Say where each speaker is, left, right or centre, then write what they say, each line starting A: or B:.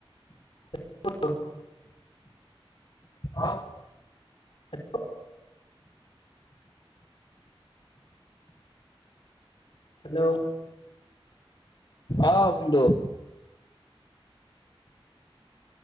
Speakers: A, on the left; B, on the left.
A: <unintelligible>
B: ভাবা?
A: হেল্ল'! হেল্ল'!
B: অঁ ভিন্দেও।